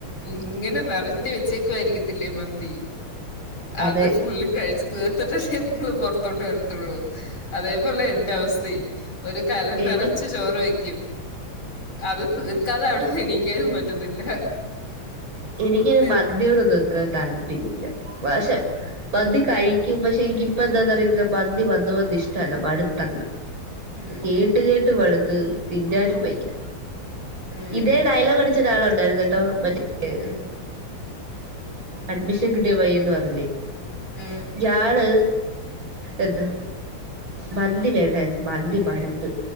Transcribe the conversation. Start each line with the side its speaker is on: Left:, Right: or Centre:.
Left: ഇങ്ങനെ നെരത്തി വെച്ചേക്കുയിരിക്കത്തില്ലേ മന്തി.
Right: അതെ
Left: അത് ഫുള്ളും കഴിച്ച് തീർത്തിട്ടേ നിങ്ങള് പുറത്തോട്ട് വരത്തുള്ളൂ അതേപോലെ എന്റെ അവസ്ഥയും. ഒരു കല
Right: എനിക്കും
Left: നിറച്ച് ചോറ് വെക്കും അത് തീർക്കാതെ അവിടെന്ന് നീക്കാനും പറ്റത്തില്ല.
Right: എനിക്കിമ
Left: തരും
Right: മന്ദ്യോടൊന്നും ഇത്ര താല്പര്യംല്ല പക്ഷെ മന്ദി കഴിക്കും പക്ഷെ എനിക്ക് ഇപ്പ എന്താന്നറിയോ മന്തി വന്ന് വന്ന് ഇഷ്ടല്ല മടുത്തങ്ങ്
Left: ഉം
Right: കേ കേട്ട് കേട്ട് മടുത്ത് തിന്നാനും വയ്യ
Left: ഉം
Right: ഇതേ ഡയലോഗ് അ മറ്റൊരാളുണ്ടായിരുന്നട്ടോ മറ്റേ
Left: ഉം
Right: അഡ്മിഷൻ കിട്ടിയ പയൻ ന്ന് പറഞ്ഞില്ലേ?
Left: ഉം
Right: യാള് എന്താ. മന്തി വേണ്ടാന്നിച്ച് മന്തി മടുത്ത്